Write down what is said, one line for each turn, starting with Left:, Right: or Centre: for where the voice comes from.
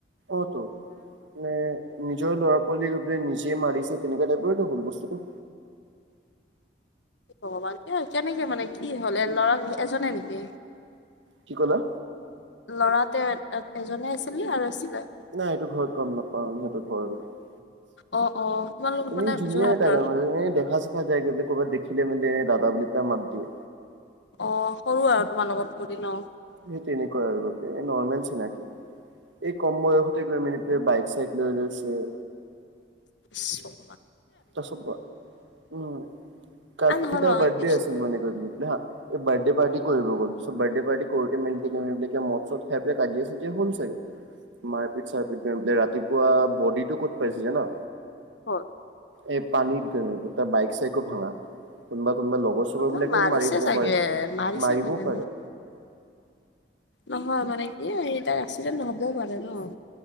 Right: অ'তো মে নিজৰ ল'ৰা ছোৱালীলে নি যে মাৰিছে তেনেকে দোবটো হল বস্তুটো
Left: ভগৱান কিয় কেনেকে মানে কি হ'ল এ ল'ৰা এজনে নেকি
Right: কি ক'লা
Left: লৰা তে এজনে আছিলে আৰু আছিলে
Right: নাই এইটো ঘৰত গম নাপাওঁ সিহতৰ ঘৰৰ বিষয়ে
Left: অ অ তোমালোক
Right: এনে
Left: মানে
Right: জুনিয়
Left: যোৰহাটৰ
Right: এটাালে মানে দেখা চেখা যায়গ দে ক'ৰবাত দেখিলে মেলি এনে দাদা বুলি পাই মাত দিয়ে
Left: অ সৰু আৰু তোমাৰ লগত কৰি ন
Right: সেই তেনেকুৱা আৰু বাক এই নৰ্মেল চিনাকি এই কম বয়সতে গৈ মানি বাইক চাইকেললৈছে
Left: শুভ
Right: তছ উম কাকি
Left: আ নহয়
Right: তাৰ
Left: নহয়
Right: বাৰ্থডে
Left: ইছ,
Right: আছিল মানে ক হা এই বাৰ্থডে পাৰ্টি কৰিব গ'ল, বাৰ্থডে পাৰ্টি কৰোতে মদ চৎ খাই পেলাই কাজিয়া আছে যে হ'ল চাগে। মাৰপিট চাৰপিট ৰাতিপুৱা বডিটো ক'ত পাইছিল ন।
Left: হয়।
Right: এ পানীত বাইক চাইকো ভাঙা কোনোবা কোনোবা লগত। ওচৰৰ
Left: কোনোবা
Right: বিলাকেও
Left: মাৰিছে
Right: মাৰি আহিব
Left: চাগে
Right: পাৰে,
Left: মাৰিছে
Right: মাৰিবও
Left: চাগে
Right: পাৰে।
Left: মোক নহয় মানে কি এই তাৰ এক্সিডেণ্ট হ'বও পাৰে ন।